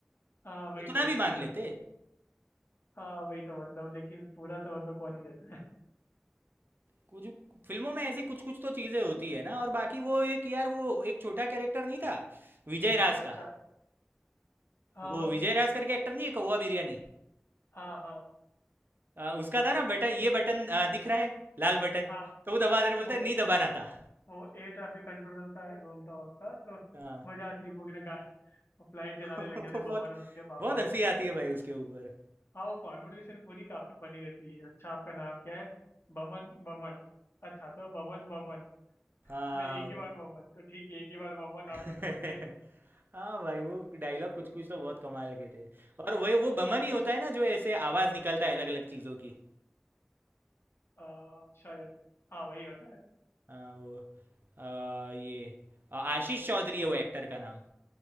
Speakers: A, on the left; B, on the right.
A: हाँ वही
B: उतना
A: तो
B: भी
A: मतलब
B: मान लेते
A: हाँ वही तो मतलब लेकिन पूरा तो मतलब कौन ही देता है
B: कुछ फिल्मों में ऐसी कुछ कुछ तो चीजें होती है ना और बाकी वो एक यार वो एक छोटा कैरेक्टर नहीं था विजय राज
A: बच्चा
B: का
A: हाँ
B: वो विजय राज करके एक्टर नहीं है कौवा बिरयानी
A: हाँ हाँ
B: आ, उसका था ना बटन ये बटन आ, दिख रहा है लाल बटन
A: हाँ
B: तो वो दबा दे रहा बोलता
A: वो
B: है नहीं दबाना था
A: वो एयर ट्रैफिक कंट्रोलर का रोल था उसका तो
B: हाँ
A: मजा आती है। वो ना गाड़ी फ्लाइट चलाने
B: <laughs> वो
A: लग जाते
B: बहुत
A: बमन और उसके पापा
B: बहुत हंसी आती है भाई उसके ऊपर
A: हाँ वो कॉन्वर्सेशन पूरी काफी बनी रहती है अच्छा आपका नाम क्या है बमन बमन अच्छा तो बमन बमन
B: हाँ
A: नहीं एक ही बार बमन तो ठीक है एक ही बार बमन
B: <laughs>
A: आप बताइए
B: हाँ भाई वो डायलॉग कुछ कुछ तो बहुत कमाल के थे और वही वो बमन ही होता है ना जो ऐसे आवाज निकलता है अलग अलग चीजों की
A: आ, शायद हाँ वही होता है
B: हाँ वो आ, ये आ, आशीष चौधरी है वो एक्टर का नाम